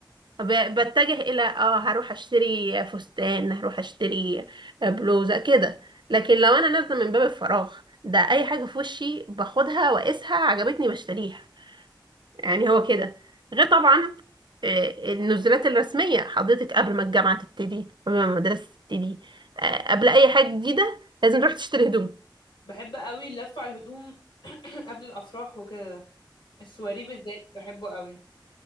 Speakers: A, on the right; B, on the left.
A: ب- بتجه الى اه هروح اشتري فستان هروح اشتري بلوزة كده لكن لو انا نازلة من باب الفراغ ده اي حاجة في وشي باخدها واقيسها عجبتني بشتريها يعني هو كده غير طبعا آه، النزولات الرسمية حضرتك قبل ما الجامعة تبتدي قبل ما المدرسة تبتدي آه، قبل أي حاجة جديدة لازم تروح تشتري هدوم
B: بحب قوي اللف على الهدوم <clears throat> قبل الأفراح وكده ده السواري بالذات بحبه قوي